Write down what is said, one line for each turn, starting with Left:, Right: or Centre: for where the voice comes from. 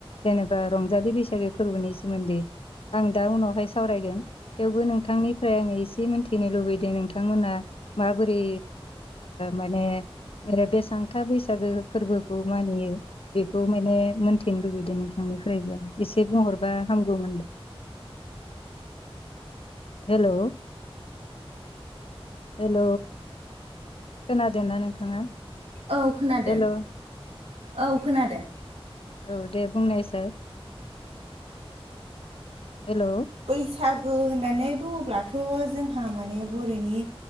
Left: जेनेबा रंजालि बैसागो फोरबोनि सोमोन्दै आं दा उनावहाय सावरायगोन थेवबो नोंथांनिफ्राय आङो एसे मोन्थिनो लुबैदों नोंथांमोना माबोरै माने ओरै बेसांथा बैसागो फोरबोखौ मानियो बेखौ माने मोन्थिनो लुबैदों नोंथांनिफ्रायबो एसे बुंहरबा हामगौमोन? हेल' हेल' खोनादों ना नोंथाङा
Right: औ खोनादों
Left: हेल' औ
Right: औ खोनादों।
Left: औ दे बुंनायसै हेल'
Right: बैसागु होननानै बुङोब्लाथ' जोंहा माने बर'नि